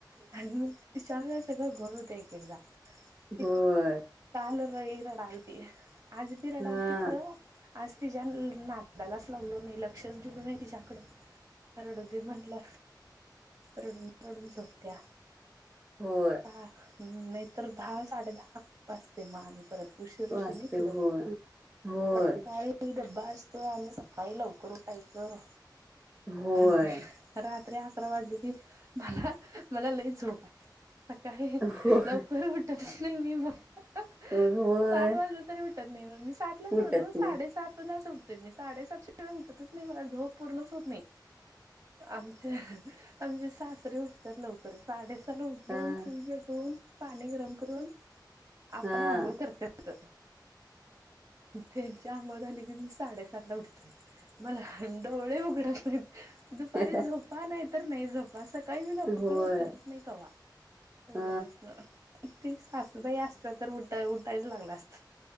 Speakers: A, on the right; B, on the right.
A: आणि मगं तिच्या मूळ सगळं घोळ होतय एक एकदा ती
B: होय
A: काल लई रडालती आज भी रडालती
B: हा
A: खरं आज तिच्या नांदालाच लाग्लो नाही लक्षच दिलो नाही तिच्याकड रडूदे म्हटलं रडून रडून झोपत्या
B: होय
A: <inaudible> नाही तर दहा साडे दहा वाजते मग आली परत उशीर होतय
B: वाचते
A: नी पुढं
B: होय होय
A: सक्काळी द डबा असतोय आणि सकाळी लवकर उठायचं
B: होय
A: आणि रात्री अकरा वाजली की मला मला लई झोप सकाळी
B: होय
A: लव कसली आहे मी बग
B: होय
A: सात वाजलं तरी उटत नाही मग मी सात ला
B: उठत
A: रोज साडे
B: नाही
A: सात ला उठ तर मी साडेसातशे रुपये उठतच नाही म झोप पूर्णच होत नाही आमच्या आमचे सासरे उठतात लवकर साडे त्या लोटून,
B: हा
A: चूल पेटूवून पाणी गरम करून आपण
B: हा
A: आंघोळ करत्यात. त्यांच्या अंगोळ झाली की मी साडे सात ला उठतोय मला डोळे उघडत नाही दुपारी
B: हा
A: झोपा तर नाही झोपा सकाळी लवकर
B: होय
A: उठतच नाही कवा पहिल्यास्
B: अ
A: ते सासुबाई असत तर उठा उठायच लागलं असत